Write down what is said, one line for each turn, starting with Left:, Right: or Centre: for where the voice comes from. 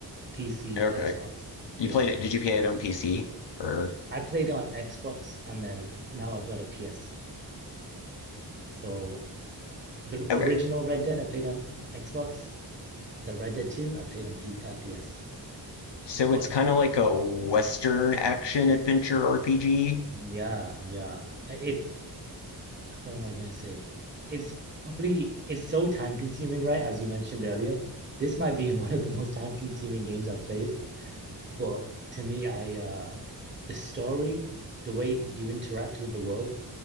Right: PC,
Left: Okay.
Right: Xbox, PS.
Left: You played it, did you play it on PC or
Right: I played it on Xbox and then now I've got a PS. So the
Left: okay.
Right: original Red Dead I played on Xbox, the Red Dead 2 I played on P uh, PS.
Left: So
Right: But
Left: it's kind of like a Western action adventure RPG.
Right: yeah, yeah. If what am I gonna say? It's probably it's so time consuming, right? As you mentioned earlier. This might be <laughs> one of the most time consuming games I've played But to me, I uh the story, the way you interact with the world